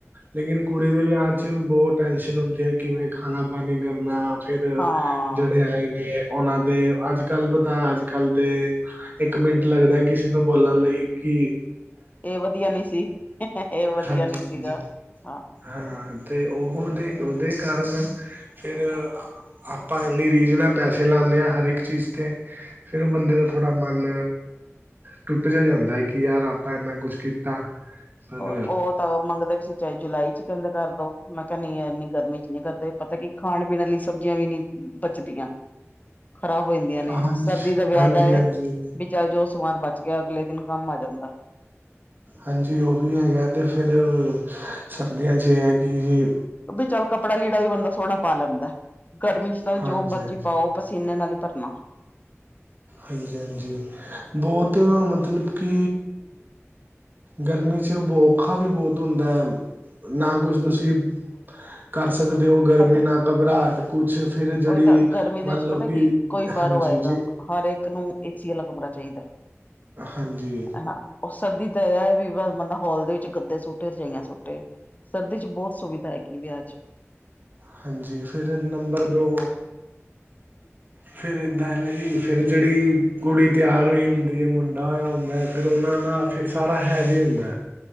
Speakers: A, on the right (about 40°); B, on the left (about 35°).
A: ਲੇਕਿਨ ਕੁੜੀ ਦੇ ਵਿਆਹ ਚ ਬਹੁਤ ਟੈਨਸ਼ਨ ਹੁੰਦੀ ਹੈ ਕਿਵੇਂ ਖਾਣਾ ਪਾਣੀ ਕਰਨਾ। ਫਿਰ
B: ਹਾਂ
A: ਜਿਹੜੇ ਆਏ ਨੇ ਉਹਨਾਂ ਦੇ ਅੱਜ ਕੱਲ੍ਹ ਪਤਾ ਅੱਜ ਕੱਲ ਦੇ। ਇੱਕ ਮਿੰਟ ਲੱਗਦਾ ਕਿਸੇ ਨੂੰ ਬੋਲਣ ਲਈ ਕਿ।
B: ਇਹ ਵਧੀਆ ਨੀ ਸੀ ਇਹ ਵਧੀਆ
A: ਹਾਂਜੀ-ਹਾਂਜੀ
B: ਨੀ ਸੀਗਾ ਹਾਂ
A: ਹਾਂ ਤੇ ਉਹਦੇ ਉਹਦੇ ਕਾਰਨ ਫਿਰ ਆਪਾਂ ਇਨੀ ਰੀਝ ਨਾਲ ਪੈਸੇ ਲਾਨੇ ਹਾਂ ਹਰ ਇੱਕ ਚੀਜ਼ ਤੇ, ਫੇਰ ਉਹ ਬੰਦੇ ਦਾ ਥੋੜ੍ਹਾ ਮਨ ਟੁੱਟ ਜਾ ਜਾਂਦਾ ਹੈ, ਕਿ ਯਾਰ ਆਪਾਂ ਇੰਨਾ ਕੁਛ ਕੀਤਾ। ਪਰ
B: ਹੋਰ ਉਹ ਤਾਂ ਮੰਗਦੇ ਵੀ ਸੀ, ਚਾਹੇ ਜੁਲਾਈ ਚ ਕਹਿੰਦੇ ਕਰ ਦੋ ਮੈਂ ਕਿਹਾ ਨੀ ਇੰਨੀ ਗਰਮੀ ਚ ਨੀ। ਕਰਦੇ ਪਤਾ ਕਿ ਖਾਣ ਪੀਣ ਵਾਲੀ ਸਬਜ਼ੀਆਂ ਵੀ ਨਹੀਂ ਬਚਦੀਆਂ। ਖ਼ਰਾਬ ਹੋ ਜਾਂਦੀਆਂ ਨੇਂ
A: ਹਾਂਜੀ
B: ਸਰਦੀ ਦਾ ਵਿਆਹ
A: ਹਾਂਜੀ
B: ਦਾ
A: ਹਾਂਜੀ
B: ਇਹ ਚੱਲ ਜੋ ਸਮਾਨ ਬਚ ਗਿਆਂ ਅਗਲੇ ਦਿਨ ਕੰਮ ਆ ਜਾਂਦਾਂ।
A: ਹਾਂਜੀ ਉਹ ਵੀ ਹੈਗਾ ਤੇ ਫਿਰ ਸਰਦੀਆਂ ਚ ਇਹ ਹੈ ਕਿ
B: ਵੀ ਚੱਲ ਕੱਪੜਾ ਲੀੜਾ ਵੀ ਬੰਦਾ ਸੋਹਣਾ ਪਾ ਲੈਂਦਾ ਗਰਮੀ ਚ ਤਾਂ ਜੋ
A: ਹਾਂਜੀ
B: ਮਰਜ਼ੀ
A: ਹਾਂਜੀ
B: ਪਾਓ। ਪਸੀਨੇ ਨਾਲ ਹੀ ਭਰਨਾ।
A: ਹਾਂਜੀ ਹਾਂਜੀ ਬਹੁਤ ਮਤਲਬ ਕਿ। ਗਰਮੀ ਚ ਔਖਾ ਵੀ ਬਹੁਤ ਹੁੰਦਾ ਹੈ ਨਾ ਕੁਛ ਤੁਸੀਂ। ਕਰ ਸਕਦੇ ਹੋ ਗਰਮੀ
B: ਪਤਾ
A: ਨਾ ਘਬਰਾਹਟ ਕੁਛ ਫਿਰ ਜਿਹੜੀ
B: ਉਹੀ ਤਾਂ ਗਰਮੀ ਦੇ
A: ਮੰਨ
B: ਵਿੱਚ ਪਤਾ
A: ਲਓ, ਕਿ
B: ਕੀ ਕੋਈ ਬਾਹਰੋਂ
A: ਹਾਂਜੀ
B: ਆਏਗਾ
A: ਜੇ।
B: ਹਰ ਇੱਕ ਨੂੰ ਏਸੀ ਵਾਲਾ ਕਮਰਾ ਚਾਹੀਦਾ।
A: ਹਾਂਜੀ,
B: ਹਨਾ, ਉਹ ਸਰਦੀ ਤਾਂ ਇਹ ਵੀ ਮਤਲਬ ਹਲ ਦੇ ਵਿੱਚ ਗੱਦੇ ਸੁੱਟੇ ਰਜਾਈਆਂ ਸੁੱਟੇ ਸਰਦੀ ਚ ਬਹੁਤ ਸੁਵਿਧਾ ਹੈਗੀ ਵਿਆਹ ਚ,
A: ਹਾਂਜੀ ਫਿਰ ਨੰਬਰ ਦੋ,
B: ਹੂੰ,
A: ਫਿਰ ਇੱਦਾਂ ਹੈ, ਨਾ ਜੀ ਫਿਰ ਜਿਹੜੀ ਕੁੜੀ ਤਿਆਰ ਹੋਈ ਹੁੰਦੀ ਹੈ ਮੁੰਡਾ ਹੋਇਆ ਹੁੰਦਾ। ਫਿਰ ਉਹਨਾਂ ਦਾ ਫਿਰ ਸਾਰਾ ਹੈ ਵੀ ਹੁੰਦਾ।